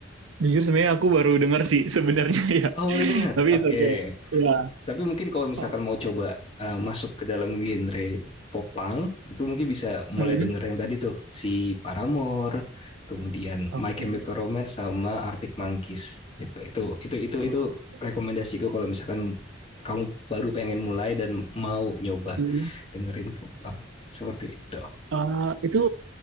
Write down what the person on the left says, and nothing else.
Oh, baru dengar.
Oke.
Tapi mungkin kalau misalkan
mau coba eh, masuk ke dalam genre pop punk, itu mungkin bisa mulai
denger yang tadi tuh, si Paramore, kemudian
My Chemical Romance sama Arctic Monkeys. Gitu. Itu itu itu
itu rekomendasiku kalau misalkan kamu baru pengen mulai dan mau nyoba
dengerin pop punk. Seperti itu.